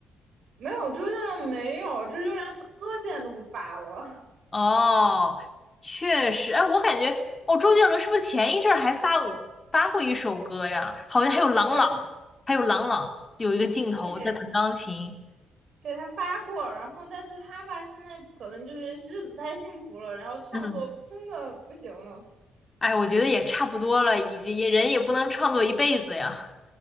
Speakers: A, on the right; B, on the left.
A: 没有周杰伦，没有周杰伦歌现在都不发了。
B: 哦，确实，哎，我感觉，哦，周杰伦是不是前一阵儿还发过发过一首歌呀？好像还有郎朗，
A: <laughs> 对
B: 还有郎朗，有一个镜头在弹钢琴。
A: 对对，他发过，然后但是他吧现在可能就是日子太幸福了，然后创作真的不行了。
B: 嗯，哎，我觉得也差不多了，也也人也不能创作一辈子呀。